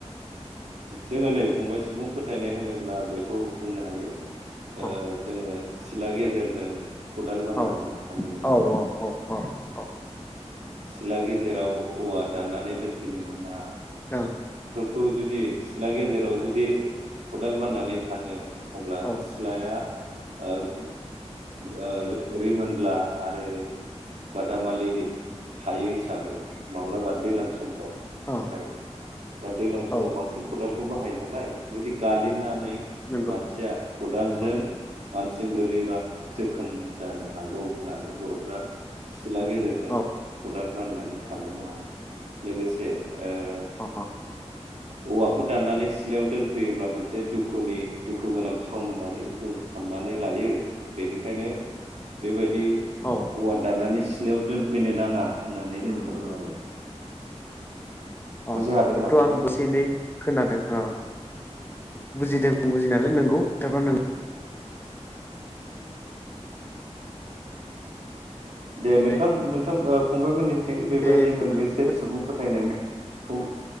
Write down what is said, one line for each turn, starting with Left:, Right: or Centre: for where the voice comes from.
Right: जोङो नै फंबाय सुबुं फोथायनाय होनोब्ला बेखौ बुंनो हायो
Left: औ
Right: ओ जोङो सिला गेजेरजों खदाल बाननानै
Left: औ
Right: थांनो मोना‌।
Left: औ औ औ औ औ
Right: सिला गेजेराव औवा दाननानै दोनफैनो मोना।
Left: ओं
Right: खौ जुदि सिथला गेजेराव जुदि खदाल बाननानै थाङो अब्ला
Left: ओं
Right: सिलाया ओ रिमोनला आरो बादामालिनि थायो हिसाबै माब्लाबा दैज्लां समफ्राव फ्राय
Left: औ
Right: दा दैज्लां समाव
Left: औ
Right: बांसिन खदालखौ बाहायना नाय जदि गालिननानै
Left: नंगौ
Right: मानसिया खदालजों
Left: औ
Right: मानसिजों गोलैबा जोखोम जानो हागौ होननानै बर'फ्रा सिला गेजेरजों
Left: औ
Right: खदाल बाननानै थांनो होया लोगोसे ओ
Left: अ
Right: औवाखौ दाननानै सिथ्लायाव दोनफैयोब्ला मोनसे दुखुनि दुखु गोनां सम होननानै जों साननानै लायो बेनिखायनो बेबायदि दि
Left: औ
Right: औवा दाननानै सि सिलायाव दोन फैनो नाङा होननानै जों बुङो आरो। बुजि
Left: अ
Right: हादोंना
Left: बेखौ
Right: फंबाया
Left: आं बो से एनै खोनादों। औ बुजिदों बुजिनायलाय नोंगौ <unintelligible>
Right: दे
Left: नंनायालाय
Right: नोंथां नोंथां ओ फंबायमोननि थिं बेबायदि
Left: बे
Right: मोनबेसे सुबुं फोथायनायखौ